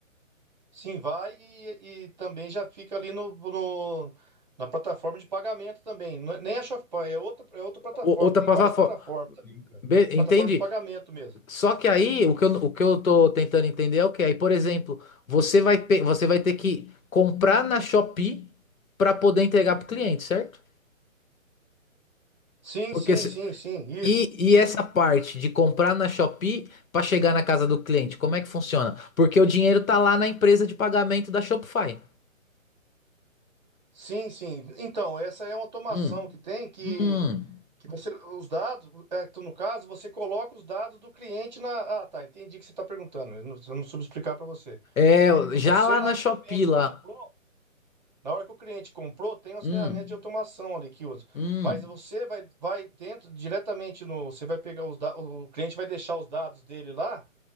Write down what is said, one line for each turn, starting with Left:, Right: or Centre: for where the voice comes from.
Right: Sim, vai e, e também já fica ali no, no- na plataforma de pagamento também. Não é- Nem a Shopee, é outra, é outra plataforma.
Left: O- Outra
Right: Tem
Left: plataforma.
Right: várias plataformas ali, cara.
Left: Be-
Right: Plataforma
Left: Entende?
Right: de pagamento mesmo.
Left: Só que aí o que eu, o que eu tô tentando entender é o que? Aí, por exemplo, você vai, pe- você vai ter que comprar na Shopee para poder entregar pro cliente, certo?
Right: Sim,
Left: Porque
Right: sim,
Left: se-
Right: sim, sim, isso.
Left: E, e essa parte de comprar na Shopee para chegar na casa do cliente, como é que funciona? Porque o dinheiro tá lá na empresa de pagamento da Shopify.
Right: Sim, sim. Então, essa é uma automação
Left: Hum,
Right: que tem que,
Left: hum.
Right: que você, os dados, é, tu, no caso, você coloca os dados do cliente na. Ah, tá, entendi o que você está perguntando. Eu não, eu não soube explicar para você.
Left: É, já
Right: Você,
Left: lá
Right: na
Left: na
Right: hora
Left: Shopee
Right: que o cliente
Left: lá.
Right: comprou, na hora que o cliente comprou, tem as
Left: Hum,
Right: ferramentas de automação ali que usa.
Left: hum.
Right: Mas você vai, vai dentro diretamente no. Você vai pegar os dados. O cliente vai deixar os dados dele lá.